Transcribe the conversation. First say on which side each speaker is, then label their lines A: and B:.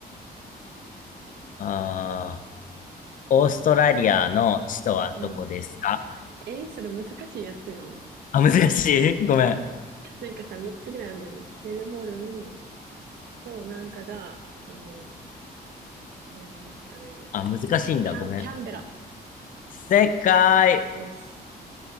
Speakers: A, on the left; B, on the right.
A: あー、オーストラリアの首都はどこですか
B: うん。えー、それ難しいやつやん。
A: あ、難しい <laughs> ごめん。
B: <laughs> なんかさ、3つぐらいあんねんの。メルボルンとなんかが、その、えーっとね、
A: あ、難しいんだ。
B: キャン、
A: ごめん。
B: キャンベラ。
A: 正解
B: よし。